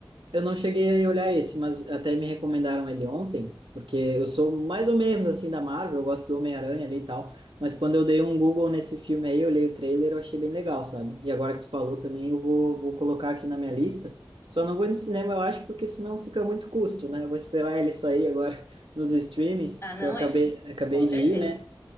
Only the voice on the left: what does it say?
Ah, não
é?
Com certeza.